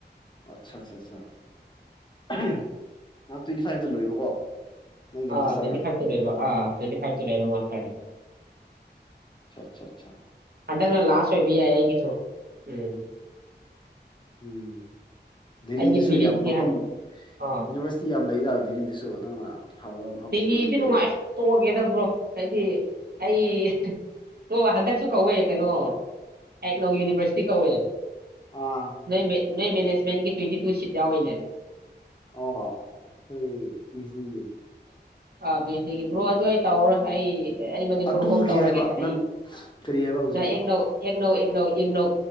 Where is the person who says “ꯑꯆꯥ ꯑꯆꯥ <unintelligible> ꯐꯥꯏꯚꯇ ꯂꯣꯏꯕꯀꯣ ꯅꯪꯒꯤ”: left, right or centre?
Left